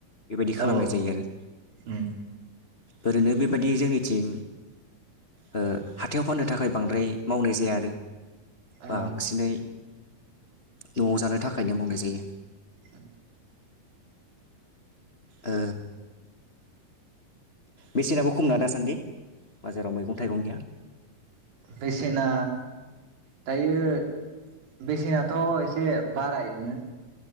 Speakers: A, on the left; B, on the right.
A: बेबायदि खालामनाय
B: औ
A: जायो आरो
B: उम
A: ओरैनो बे बादि जोंनिथिं ओ हाथायाव फाननो थाखाय बांद्राय मावनाय जाया आरो बांसिनै
B: ओ
A: न'आव जानो थाखायनो मावनाय जायो।
B: उम
A: ओ बेसेनाबो खमना दासान्दि बाजाराव मैगं-थाइगंनिया
B: बेसेना दायो बेसेनाथ एसे बारायनो